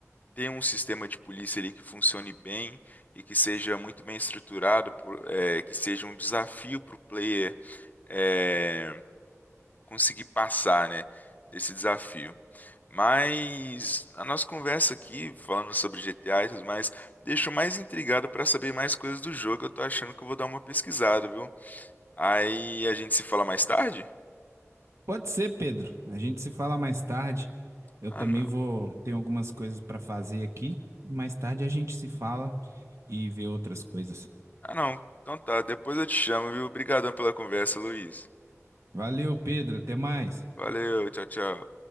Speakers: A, on the left (about 30°); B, on the right (about 65°).
A: ter um sistema de polícia ali que funcione bem e que seja muito bem estruturado, por- é, que seja um desafio para o player é, conseguir passar, né, desse desafio. Mas a nossa conversa aqui, falando sobre GTA e tudo mais, deixou mais intrigado para saber mais coisas do jogo. Eu tô achando que eu vou dar uma pesquisada, viu? Aí a gente se fala mais tarde?
B: Pode ser, Pedro. A gente se fala mais tarde. Eu
A: Ah,
B: também
A: não.
B: vou, tenho algumas coisas para fazer aqui. Mais tarde a gente se fala e vê outras coisas.
A: Ah, não. Então tá, depois eu te chamo, viu? Obrigadão pela conversa, Luiz.
B: Valeu, Pedro. Até mais.
A: Valeu, tchau, tchau.